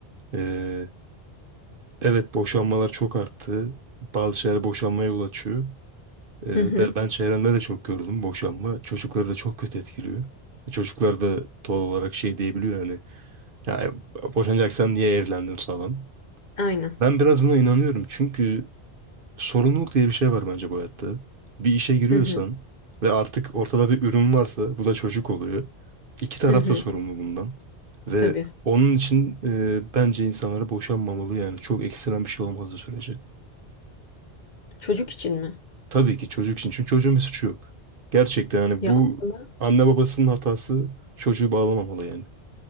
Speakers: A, on the right; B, on the left.
A: e, evet boşanmalar çok arttı. Bazı şeyler boşanmaya yol açıyor. Ee,
B: Hı hı.
A: ve ben çevremde de çok gördüm boşanma. Çocukları da çok kötü etkiliyor. Çocuklar da doğal olarak şey diyebiliyor hani ya e, boşanacaksan niye evlendin falan.
B: Aynen.
A: Ben biraz buna inanıyorum çünkü sorumluluk diye bir şey var bence bu hayatta. Bir işe giriyorsan
B: Hı hı.
A: ve artık ortada bir ürün varsa bu da çocuk oluyor. İki taraf
B: Hı hı.
A: da sorumlu bundan. Ve
B: Tabii.
A: onun için e, bence insanlara boşanmamalı yani. Çok ekstrem bir şey olmadığı sürece.
B: Çocuk için mi?
A: Tabii ki çocuk için. Çünkü çocuğun bir suçu yok. Gerçekten hani
B: Ya
A: bu
B: aslında
A: anne babasının hatası çocuğu bağlamamalı yani.